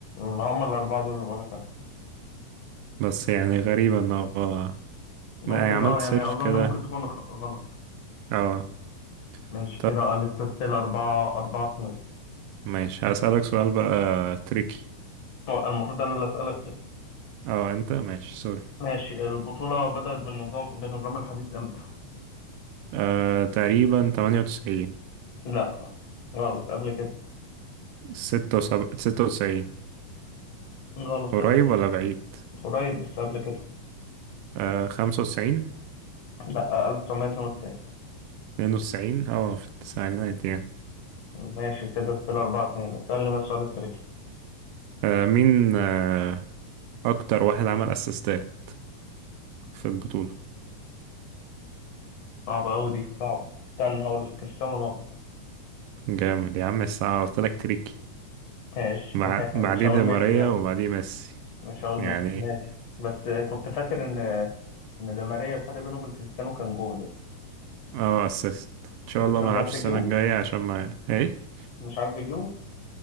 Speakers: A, on the left (about 55°); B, on the right (about 80°).
A: ما هم الاربعه دول اللي بقول لك عليهم
B: بس يعني غريبة ان هو
A: ممكن
B: ما يعني عملت
A: اه يعني
B: سيرش
A: اظن
B: كده
A: ممكن تكون غ- غلط
B: اه
A: ماشي
B: طب
A: كده آه، لسه ستيل أربعة أربعة اتنين
B: ماشي هسألك سؤال بقى تريكي
A: هو المفروض أنا اللي أسألك لسه
B: اه انت ماشي سوري
A: ماشي البطولة بدأت بالنظام بالنظام الحديث إمتى؟
B: آه تقريبا 98
A: لا غلط قبل كده
B: 76 96
A: غلط
B: قريب
A: قبل كده
B: ولا بعيد
A: قريب بس قبل كده
B: آه 95
A: لا 1992
B: 92 اه في التسعينات يعني
A: ماشي كده ستيل 4 2 اسألني بقى سؤال التريكي
B: آه مين آه اكتر واحد عمل اسيستات في البطولة
A: صعبة أوي دي صعبة استنى هقول لك كريستيانو رونالدو
B: جامد يا عم الساعة قلت لك تريكي
A: ماشي
B: مع
A: <laughs>
B: بعديه
A: مش هقول
B: دي
A: ميسي
B: ماريا
A: لأ
B: وبعديه ميسي
A: مش هقول
B: يعني
A: ميسي ماشي بس كنت فاكر إن إن ده ماريا الفرق بينه وبين كريستيانو كان جول لسه
B: اه اسيست ان شاء
A: لسه
B: الله ما
A: مش
B: العبش
A: عارف
B: السنه
A: يجيبه
B: الجايه عشان ما ايه
A: مش عارف يجيبه